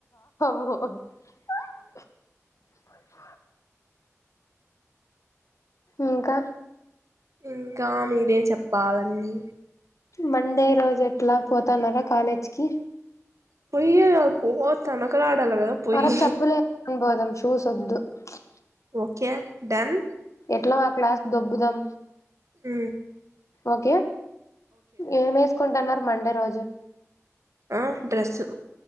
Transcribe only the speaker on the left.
ఓ ఇంకా
మండే రోజు ఎట్లా పోతన్నారా కాలేజీకి
మర చెప్పులే వేసుకొని పోదాం షూస్ వద్దు చిప్
ఎట్లా ఆ క్లాస్ దో బ్బుదాం
ఓకే ఏం వేసుకుంటున్నారు మండే రోజు